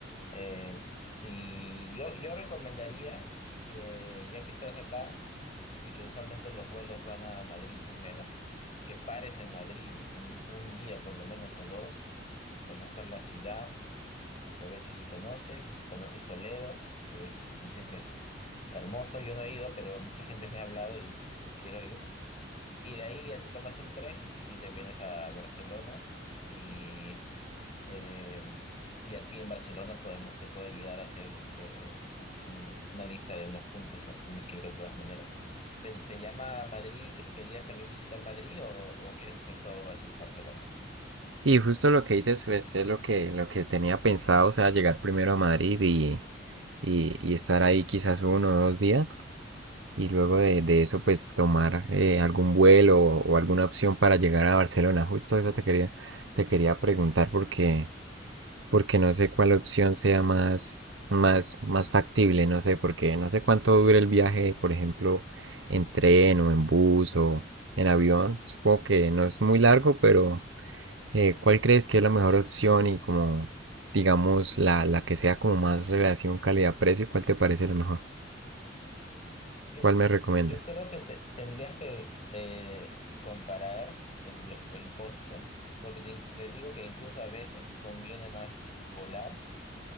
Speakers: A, on the left; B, on the right.
A: Eh, si yo, yo recomendaría que ya que estás acá y que usualmente los vuelos van a Madrid primero, que pares en Madrid un, un día por lo menos o dos, conozcas la ciudad, aprovechas y conoces, conoces Toledo, que es, dicen que es hermoso, yo no he ido, pero mucha gente me ha hablado y quiero ir. Y de ahí ya te tomas un tren y te vienes a Barcelona. Y eh, y aquí en Barcelona podemos, te puedo ayudar a hacer eh, un- una lista de unos puntos donde tienes que ir de todas maneras. ¿Te, te llama Madrid? ¿Que- ¿Querías también visitar Madrid o, o quieres hacer todo Barce- Barcelona?
B: Sí, justo lo que dices pues, es lo que, lo que tenía pensado, o sea, llegar primero a Madrid y, y, y estar ahí quizás uno o dos días y luego de, de eso pues tomar eh, algún vuelo o, alguna opción para llegar a Barcelona. Justo eso te quería, te quería preguntar porque, porque no sé cuál opción sea más, más, más factible, no sé, porque no sé cuánto dura el viaje, por ejemplo, en tren o en bus o en avión. Supongo que no es muy largo, pero eh, ¿cuál crees que es la mejor opción y como, digamos, la, la que sea como más relación calidad-precio, cuál te parece la mejor?
A: Yo,
B: ¿Cuál me recomiendas?
A: yo creo que te- tendrías que eh, comparar el, los- el costo, porque te, te digo que incluso a veces conviene más volar